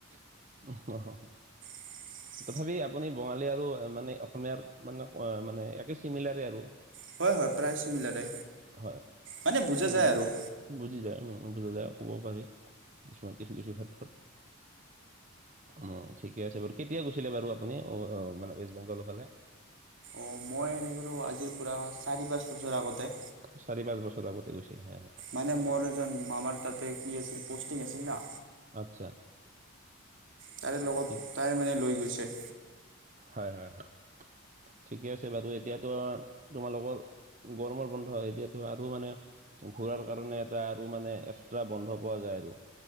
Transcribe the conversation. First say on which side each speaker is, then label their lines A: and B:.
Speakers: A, on the right; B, on the right.
A: <unintelligible>
B: <inaudible>
A: তথাপি আপুনি বঙালী আৰু মানে অসমীয়াৰ মানে মানে একে চিমিলাৰে আৰু।
B: হয় হয় প্ৰায় চিমিলাৰে,
A: হয়,
B: মানে বুজা
A: বুজি
B: যায় আৰু।
A: বুজি যায় বুজা যায় ক'ব পাৰি কিছুমান কিছু কিছু ক্ষেত্ৰত। অ ঠিকে আছে বাৰু কেতিয়া গৈছিলে বাৰু আপুনি মানে ৱেষ্ট বেংগলৰ ফালে?
B: অঁ মই এনেকেতো আজিৰ পৰা চাৰি পাঁচ বছৰ আগতে।
A: চাৰি পাঁচ বছৰ আগতে গৈছিল হয়।
B: মানে মোৰ এজন মামাৰ তাতে কি আছিল প'ষ্টিং আছিল না।
A: আচ্ছা।
B: তাৰে লগত
A: ঠিক
B: তাই মানে লৈ গৈছে।
A: হয় হয় হয় ঠিকে আছে বাইদেউ এতিয়াতো তোমাৰ লগৰ,, গৰমৰ বন্ধ এতিয়াতো আৰু মানে ঘূুৰাৰ কাৰণে এটা আৰু মানে এক্সট্ৰা বন্ধ পোৱা যায় আৰু।